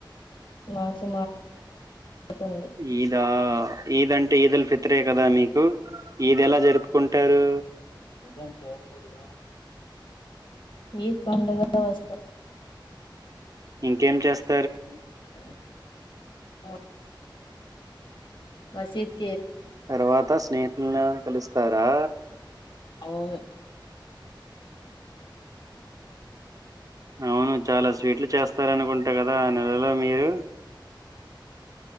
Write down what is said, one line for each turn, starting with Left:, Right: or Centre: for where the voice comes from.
Left: మనసు మారుతుంది
Right: ఈదా ఈద్ అంటే ఈద్ల్ ఫిత్రే కదా మీకు ఈద్ ఎలా జరుపుకుంటారు
Left: రంజాన్ చివర్లో ఏం అవుతుంది ఈదు పండగా వస్త
Right: ఇంకేం చేస్తా
Left: <unintelligible> మసిద్
Right: తర్వాత స్నేహితుల్లను కలుస్తారా
Left: అవును
Right: <inaudible> అవును చాలా స్వీట్లు చేస్తారనుకుంటా కదా ఆ నెలలో మీరు <inaudible>